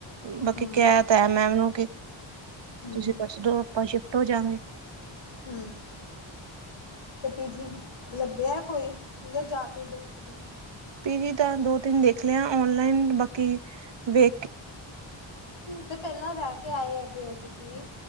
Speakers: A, on the right; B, on the left.
A: ਬਾਕੀ
B: ਹਮ
A: ਕੈ ਤੈ ਮੈ ਔਨੂੰ ਕਿ
B: ਹਮ
A: ਤੁਸੀਂ ਦੱਸ ਦੋ ਅਪਾਂ ਸ਼ਿਫਟ ਹੋ ਜਾਗੇ।
B: ਹੂੰ। ਤੇ ਪੀ ਜੀ ਲੱਭਿਆ ਕੋਈ, ਯਾ ਜਾ ਕੇ ਦੇਖੋਗੇ?
A: ਪੀ ਜੀ ਤਾਂ ਦੋ ਤਿੰਨ ਦੇਖ ਲੇਆ ਔਨਲਾਈਨ, ਬਾਕੀ ਵੇਖ ਕੇ
B: ਤੇ ਪੈਲਾਂ ਰੈ ਕੇ ਆਏ ਹੈਗੇ ਔ ਤੁਸੀਂ।